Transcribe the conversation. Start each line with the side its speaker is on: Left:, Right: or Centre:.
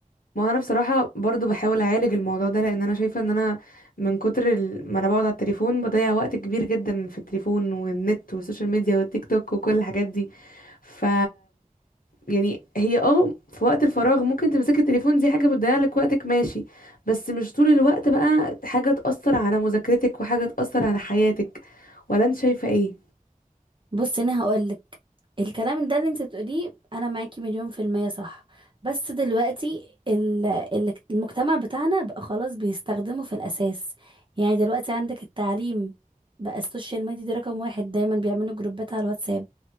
Left: ما انا بصراحة برضو بحاول اعالج الموضوع ده لان انا شايفة ان انا من كتر ال- ما انا بقعد على التليفون بضيع وقت كبير جدا في التليفون والنت والسوشيال ميديا والتيك توك وكل الحاجات دي ف يعني هي اه في وقت الفراغ ممكن تمسكي التليفون دي حاجة بتضيع لك وقتك ماشي بس مش طول الوقت بقى حاجة تأثر على مذاكرتك وحاجة تأثر على حياتك ولا انت شايفة ايه
Right: بصي انا هقولك الكلام ده اللي انت بتقوليه انا معاكي مليون في المية صح بس دلوقتي ال- ال- المجتمع بتاعنا بقى خلاص بيستخدمه في الاساس يعني دلوقتي عندك التعليم بقى السوشيال ميديا دي رقم واحد دايما بيعملوا جروبات على الواتساب